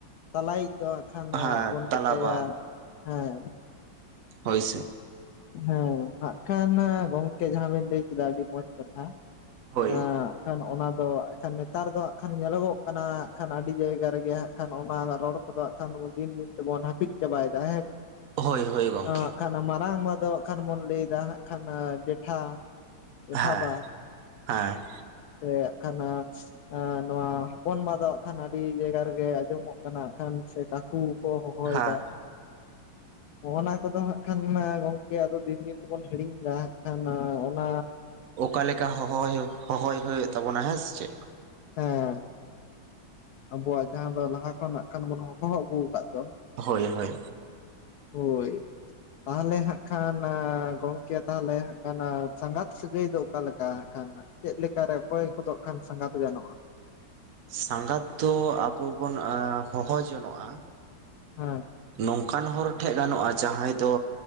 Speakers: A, on the left (about 80°); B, on the right (about 55°).
A: ᱛᱟᱞᱟᱭᱤᱡ ᱫᱚ ᱦᱟᱸᱜ ᱠᱷᱟᱱ
B: ᱦᱮᱸ
A: ᱵᱚᱱ
B: ᱛᱟᱞᱟᱵᱟ
A: ᱢᱮᱛᱟᱭᱟ ᱦᱮᱸ
B: ᱦᱳᱭ ᱥᱮ
A: ᱦᱮᱸ ᱦᱟᱜ ᱠᱷᱟᱱ ᱜᱚᱝᱠᱮ ᱡᱟᱦᱟᱸ ᱵᱤᱱ ᱞᱟᱹᱭ ᱠᱮᱫᱟ ᱟᱹᱰᱤ ᱢᱚᱸᱡᱽ ᱠᱟᱛᱷᱟ,
B: ᱦᱳᱭ
A: <inaudible> ᱠᱷᱟᱱ ᱚᱱᱟ ᱫᱚ ᱮᱠᱷᱟᱱ ᱱᱮᱛᱟᱨ ᱫᱚ ᱦᱟᱸᱜ ᱠᱷᱟᱱ ᱧᱮᱞᱚᱜᱚᱜ ᱠᱟᱱᱟ ᱦᱟᱸᱜ ᱠᱷᱟᱱ ᱟᱹᱰᱤ ᱡᱟᱭᱜᱟ ᱨᱮᱜᱮ ᱦᱟᱸᱜ ᱠᱷᱟᱱ ᱚᱱᱟ ᱨᱚᱲᱼᱼ ᱠᱚᱫᱚ ᱦᱟᱜ ᱠᱷᱟᱱ ᱵᱚᱱ ᱫᱤᱱ ᱫᱤᱱ ᱛᱮᱵᱚᱱ ᱦᱟᱹᱯᱤᱫ ᱪᱟᱵᱟᱭᱮᱫᱟ,
B: ᱦᱳᱭ ᱦᱳᱭ ᱜᱚᱢᱠᱮ
A: ᱦᱟᱜ ᱠᱷᱟᱱ ᱢᱟᱨᱟᱝᱵᱟ ᱫᱚ ᱦᱟᱸᱜ ᱠᱷᱟᱱ ᱵᱚᱱ ᱞᱟᱹᱭᱫᱟ ᱦᱟᱸᱜ ᱠᱷᱟᱱ ᱡᱮᱴᱷᱟ, ᱡᱮᱴᱷᱟᱵᱟ
B: ᱦᱮᱸ ᱦᱮᱸ
A: ᱥᱮ ᱦᱟᱜ ᱠᱷᱟᱱᱼᱼ ᱮᱸ ᱱᱚᱣᱟ ᱦᱚᱯᱚᱱ ᱵᱟ ᱫᱚ ᱦᱟᱜ ᱠᱷᱟᱱ ᱟᱹᱰᱤ ᱡᱟᱭᱜᱟ ᱨᱮᱜᱮ ᱟᱸᱡᱚᱢᱚᱜ ᱠᱟᱱᱟ ᱦᱟᱜ ᱠᱷᱟᱱ ᱥᱮ ᱠᱟᱼᱼ ᱠᱩ ᱠᱚ ᱦᱚᱦᱚᱭᱮᱫᱟ
B: ᱦᱮᱸ
A: ᱱᱚᱱᱟ ᱠᱚᱫᱚ ᱦᱟᱸᱜᱼᱼ ᱠᱷᱟᱱ ᱜᱚᱝᱠᱮ ᱟᱫᱚ ᱫᱤᱱ ᱫᱤᱱ ᱛᱮᱵᱚᱱ ᱦᱤᱲᱤᱧ ᱮᱫᱟ ᱦᱟᱜ ᱠᱷᱟᱱ ᱚᱱᱟᱼᱼ
B: ᱚᱠᱟᱮᱠᱟ ᱦᱚᱦᱚᱭ ᱦᱚᱦᱚᱭ ᱦᱳᱭᱳᱜ ᱛᱟᱵᱚᱱᱟ ᱦᱮᱸ ᱥᱮ ᱪᱮᱫ,
A: ᱦᱮᱸ ᱟᱵᱚᱣᱟᱜ ᱡᱟᱦᱟᱸ ᱫᱚ ᱞᱟᱦᱟ ᱠᱷᱚᱱ ᱦᱟᱜ ᱠᱷᱟᱱ ᱵᱚᱱ ᱦᱚᱦᱚ ᱟᱹᱜᱩ ᱠᱟᱜ ᱫᱚ,
B: ᱦᱳᱭ ᱦᱳᱭ
A: ᱦᱳᱭ ᱛᱟᱦᱞᱮ ᱦᱟᱸᱜ ᱠᱷᱟᱱ ᱜᱚᱝᱠᱮ ᱛᱟᱦᱞᱮ ᱦᱟᱸᱜ ᱠᱷᱟᱱ ᱥᱟᱸᱜᱟᱛ ᱥᱟᱹᱜᱟᱹᱭ ᱫᱚ ᱚᱠᱟ ᱞᱮᱠᱟ ᱦᱟᱸᱜ ᱠᱷᱟᱱ? ᱪᱮᱫ ᱞᱮᱠᱟᱨᱮ ᱚᱠᱚᱭ ᱜᱚᱫᱚ ᱠᱷᱟᱱ ᱥᱟᱸᱜᱟᱛ ᱜᱟᱱᱚᱜᱼᱟ?
B: ᱥᱟᱸᱜᱟᱛ ᱫᱚ ᱟᱵᱚ ᱵᱚᱱ ᱦᱚᱦᱚ ᱡᱚᱱᱚᱜᱼᱟ,
A: ᱦᱩᱸ
B: ᱱᱚᱝᱠᱟᱱ ᱦᱚᱨ ᱴᱷᱮᱡ ᱜᱟᱱᱚᱜᱼᱟ ᱡᱟᱦᱟᱸᱭ ᱫᱚ